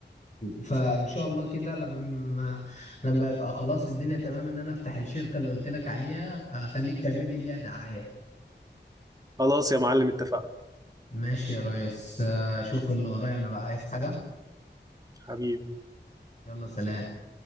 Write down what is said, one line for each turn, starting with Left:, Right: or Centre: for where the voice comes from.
Left: فان شاء الله كده لما لما يبقى خلاص الدنيا تمام ان انا افتح الشركة اللي قلت لك عليها أبقى اخليك تعمل لي ليها دعاية
Right: خلاص يا معلم اتفقنا
Left: ماشي يا ريس آه، اشوف اللي ورايا انا بقى عايز حاجة
Right: حبيبي
Left: يلا سلام